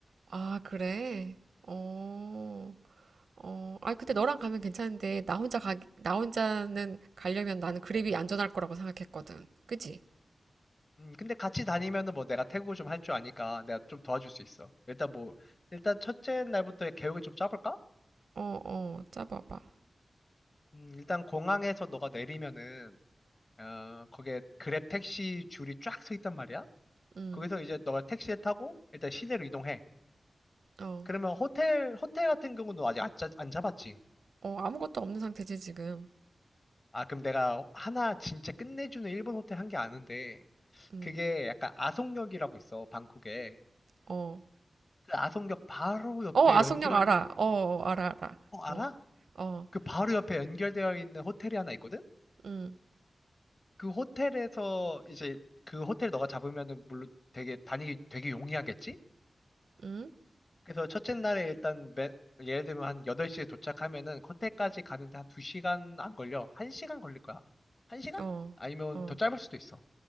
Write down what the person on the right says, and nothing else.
아 그래. 어. 어. 아 근데 너랑 가면 괜찮은데 나 혼자 가 나 혼자는 가려면 나는 그랩이 안전할 거라고 생각했거든. 그지?
어 어. 짜봐봐.
응.
어.
어 아무것도 없는 상태지 지금.
응.
어.
어 아속역
알아. 어, 어 알아 알아.
어. 어.
응.
응?
어,
어,